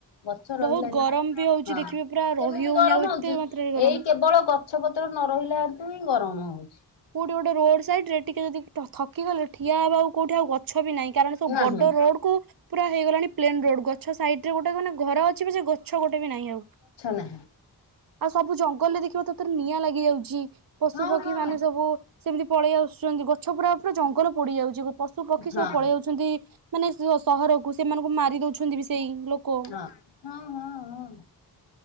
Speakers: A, on the left; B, on the right.
A: ଗଛ
B: ବହୁତ
A: ରହିଲାନି
B: ଗରମ ବି ହଉଛି
A: ହଁ
B: ଦେଖିବେ ପୁରା ରହି
A: କେମିତି
B: ହଉନି
A: ଗରମ
B: ଆଉ ଏତେ
A: ହଉଛି
B: ମାତ୍ରାରେ ଗରମ।
A: ଏଇ କେବଳ ଗଛ ପତ୍ର ନ ରହିଲାଠୁ ହିଁ ଗରମ ହଉଛି।
B: କୋଉଠି ଗୋଟେ ରୋଡ ସାଇଡ ରେ ଟିକେ ଯଦି ଥକି ଗଲେ ଠିଆ ହେବା ଆଉ କୋଉଠି ଆଉ ଗଛ ବି ନାହିଁ କାରଣ ସବୁ
A: ନାହିଁ।
B: ବଡ ରୋଡ କୁ ପୁରା ହେଇଗଲାଣି ପ୍ଲେନ ରୋଡ ଗଛ ସାଇଡ ରେ ଗୋଟେ ମାନେ ଘର ଅଛି ସେ ଗଛ ଗୋଟେ ବି ନାହିଁ ଆଉ।
A: ନା।
B: ଆଉ ସବୁ ଜଙ୍ଗଲରେ ଦେଖିବ ଥରେ ଥରେ ନିଆଁ ଲାଗି ଯାଉଛି ପଶୁ
A: ହଁ
B: ପକ୍ଷୀ
A: ହଁ
B: ମାନେ ସବୁ ସେମିତି ପଳେଇ ଆସୁଛନ୍ତି ଗଛ ପୁରା ପୁରା ଜଙ୍ଗଲ ପୋଡି ଯାଉଛି। ପଶୁ ପକ୍ଷୀ
A: ହଁ ହଁ
B: ସବୁ ପଳେଇ ଯାଉଛନ୍ତି ମାନେ ସହରକୁ ସେମାନଙ୍କୁ ମାରି ଦଉଛନ୍ତି ବି ସେଇ ଲୋକ।
A: ହଁ ହଁ ହଁ।